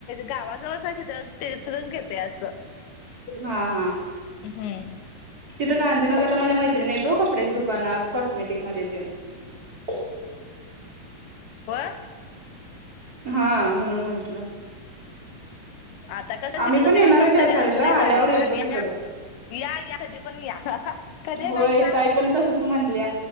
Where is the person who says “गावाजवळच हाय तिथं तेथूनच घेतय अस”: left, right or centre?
Left